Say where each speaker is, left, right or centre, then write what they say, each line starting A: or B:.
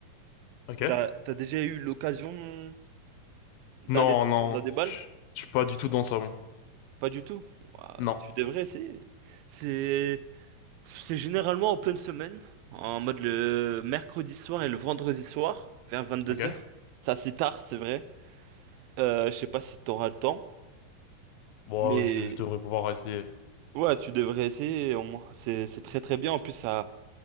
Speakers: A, on the left (about 80°); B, on the right (about 85°).
A: ok.
B: T'as, t'as déjà eu l'occasion d'aller
A: Non, non,
B: dans, dans des balles
A: je je suis pas du tout dans ça, moi.
B: Pas du tout. Ouah,
A: Non,
B: tu devrais essayer. C'est, c'est généralement en pleine semaine, en mode le mercredi soir et le vendredi soir, vers vingt-deux
A: ok.
B: heures. C'est assez tard, c'est vrai. Euh, je sais pas si t'auras le temps,
A: Bon,
B: mais
A: je, je devrais pouvoir essayer.
B: Ouais, tu devrais essayer au moins. C'est, c'est très très bien. En plus, ça,